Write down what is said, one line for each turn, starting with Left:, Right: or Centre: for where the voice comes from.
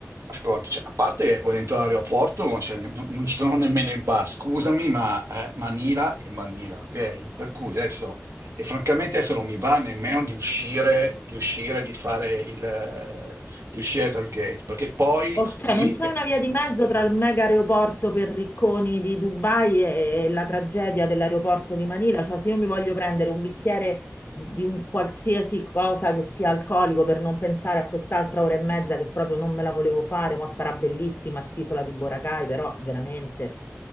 Right: Ascolta, cioè, a parte che qua dentro l'aeroporto non, c'è- no- non ci sono nemmeno i bar, scusami, ma eh, Manila è Manila, ok? Per cui adesso, e francamente adesso non mi va nemmeno di uscire, di uscire, di fare il, eh, di uscire dal gate, perché poi
Left: o- cioè,
Right: qui
Left: non c'è
Right: è-
Left: una via di mezzo tra il mega aeroporto per ricconi di Dubai e, e la tragedia dell'aeroporto di Manila. Cioè, se io mi voglio prendere un bicchiere di un qualsiasi cosa che sia alcolico per non pensare a quest'altra ora e mezza che proprio non me la volevo fare, ma starà bellissima st'isola di Boracay, però veramente